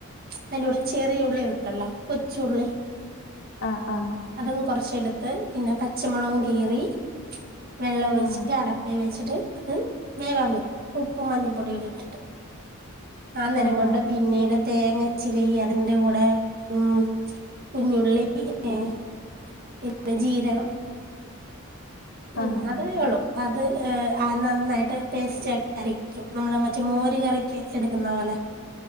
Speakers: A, on the right (about 45°); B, on the left (about 80°).
A: അതിന്റെ കൂടെ ചെറിയ ഉള്ളണ്ടല്ലോ കൊച്ചുള്ളി
B: ആഹ് ആഹ
A: അതും കുറച്ചെടുത്ത് പിന്നെ പച്ചമുളകും കീറി വെള്ളം ഒഴിച്ചിട്ട്
B: ആഹ്
A: അടപ്പെ വെച്ചിട്ട് അത് വേവാൻ വെക്കും ഉപ്പും മഞ്ഞപൊടിം കൂടിട്ടിട്ട് ആ നേരം
B: ആഹ് ആഹ്
A: കൊണ്ട് പിന്നീട് തേങ്ങ ചിരീ അതിന്റെ കൂടെ ഉം കുഞ്ഞുള്ളി ഇ ഏ പിന്നേ ജീരകം. ഉം
B: ആഹ് ആഹ്
A: അതെള്ളു. അത് ആ നന്നായിട്ട് പേസ്റ്റ് ആക്കി അരിക്കും നമ്മളാ മറ്റേമോര് കറി ക്ക് എടുക്കുന്നോലെ